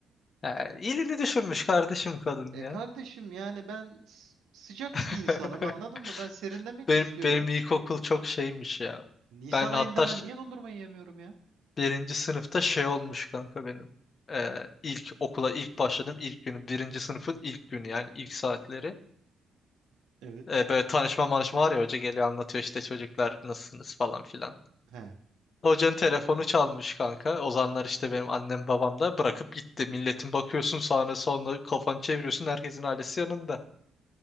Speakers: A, on the left; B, on the right.
A: Ya iyiliğini düşünmüş kardeşim kadın
B: E
A: ya.
B: kardeşim yani ben s- sıcak
A: <laughs>
B: bir insanım anladın mı? Ben serinlemek
A: Benim
B: istiyorum.
A: benim ilkokul çok şeymiş ya.
B: Nisan
A: Ben
B: ayında
A: hatta
B: ben
A: ş-
B: niye dondurma yiyemiyorum ya?
A: birinci sınıfta şey olmuş kanka benim. Ee, ilk okula ilk başladım ilk günü. Birinci sınıfın ilk günü yani ilk saatleri.
B: Evet.
A: Ee, böyle tanışma manışma var ya hoca geliyor anlatıyor işte çocuklar nasılsınız falan filan.
B: He.
A: Hocanın telefonu çalmış kanka. Ozanlar işte benim annem babam da bırakıp gitti. Milletin bakıyorsun sağına soluna kafanı çeviriyorsun herkesin ailesi yanında.